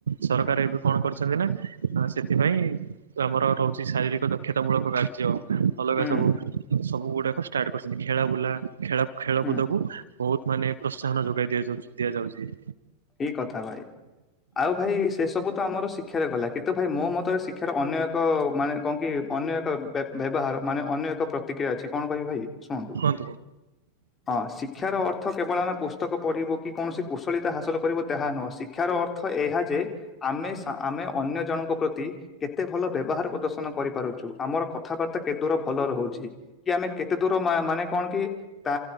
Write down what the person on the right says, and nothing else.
ସରକାର, ଏବେ କଣ କରିଛନ୍ତି ନା। ସେଥିପାଇଁ ଆମର ରହୁଛି ଶାରୀରିକ ଦକ୍ଷତାମୂଳକ କାର୍ଯ୍ୟ। ଅଲଗା
ସବୁ। ସବୁ ଗୁଡାକ ଷ୍ଟାର୍ଟ କରୁଛନ୍ତି। ଖେଳା ବୁଲା, ଖେଳ ଖେଳକୁୁଦ
କ ବହୁତ ମାନେ ପ୍ରୋତ୍ସାହନ ଯୋଗାଇ ଦିଆ ଦିଆଯାଉଛି।
ତ।